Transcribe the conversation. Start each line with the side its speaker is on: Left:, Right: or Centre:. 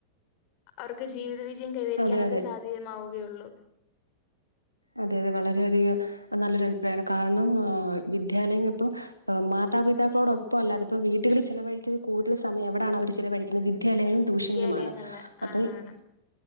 Left: അവർക്ക് ജീവിതവിജയം കൈവരിക്കാനൊക്കെ
Right: അതെ അതെ
Left: സാധ്യമാവുകയുള്ളൂ
Right: അതെ അതെ വളരെയധിക നല്ലൊര കാരണം വിദ്യാലയങ്ങ <unintelligible> മാതാപിതാക്കളോടൊപ്പല്ല അതിപ്പോ വീട്ടുകളിൽ ചിലവഴിക്കൽ കൂടുതൽ സമയം എവിടാണ് അവർ ചിലവഴിക്കുന്നത് വിദ്യാലയങ്ങളും ട്യൂഷനിലുമാണ്
Left: വിദ്യാലയങ്ങളില്
Right: അപ്പം
Left: ആണാണ്